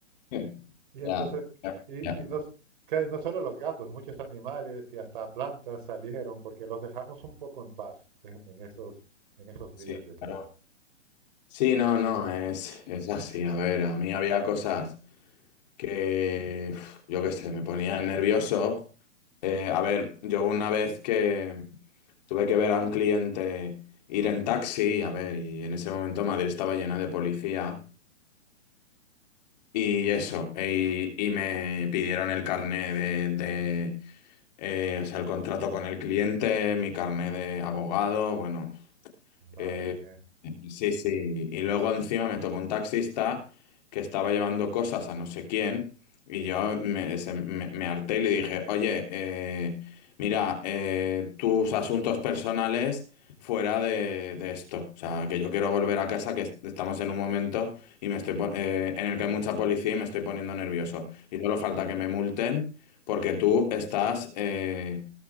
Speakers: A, on the left; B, on the right.
A: <laughs>
B: Y entonces,
A: Ya, ya,
B: y, y
A: ya,
B: no, s- claro, y no solo los gatos, muchos animales y hasta plantas salieron porque los dejamos un poco en paz en, en esos, en esos
A: sí,
B: días, yo creo.
A: claro. Sí, no, no, es, es así. A ver, a mí había cosas que, uf, yo qué sé, me ponía nervioso. Eh, a ver, yo una vez que tuve que ver a un cliente ir en taxi, a ver, y en ese momento Madrid estaba llena de policía y eso, y, y me pidieron el carné de, de, eh, o sea, el contrato con el cliente, mi carné de abogado, bueno,
B: Madre
A: eh,
B: mía.
A: Sí, sí. Y luego encima me tocó un taxista que estaba llevando cosas a no sé quién y yo me, se- me- me harté y le dije, oye, eh, mira, eh, tus asuntos personales fuera de, de esto. O sea, que yo quiero volver a casa, que est- estamos en un momento y me estoy, pon- eh, en el que hay mucha policía y me estoy poniendo nervioso. Y solo falta que me multen porque tú estás, eh,